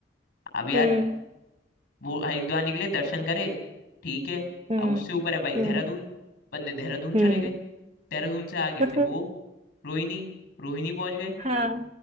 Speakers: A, on the left; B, on the right.
A: अब यार
B: हम्म
A: वो हरिद्वार निकले दर्शन करे ठीक है
B: हम्म
A: अब उससे ऊपर है भाई
B: हम्म
A: देहरादून बंदे देहरादून
B: हम्म
A: चले गए देहरादून से आगे
B: <laughs>
A: फिर वो रोहिणी रोहिणी पहुंच गए
B: हाँ